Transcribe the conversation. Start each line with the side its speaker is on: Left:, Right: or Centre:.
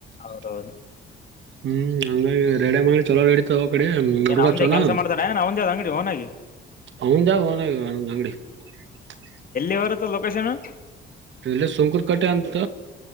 Left: ಹೌದೌದು
Right: <unintelligible> ಹ್ಮ್, ಹಾಂಗಾಗಿ, ರೇಡಿಯಂ, ಚಲೋ, ನಾಡಿತವೇ, ಆ ಕಡೆ, ನೋಡುವ,
Left: ಏನ್ ಅವಂದೇ
Right: ಚಾನಾ!
Left: ಕೆಲಸ
Right: <inaudible>
Left: ಮಾಡ್ತಾರ ಏನ್ ಅವಂದೇ ಅದ ಅಂಗಡಿ ಓನಾಗಿ
Right: ಅವುಂಧೇ! ಒನ್ಹಾಗಿ, ಅಂಗಡಿ. <inaudible>
Left: ಹೇಳಿಬರುತ್ತೇ, ಲೊಕೇಶನ್? <inaudible>
Right: ಇಲ್ಲ, ಸುಂಕುರು, ಕಟ್ಟೆ, ಅಂತ!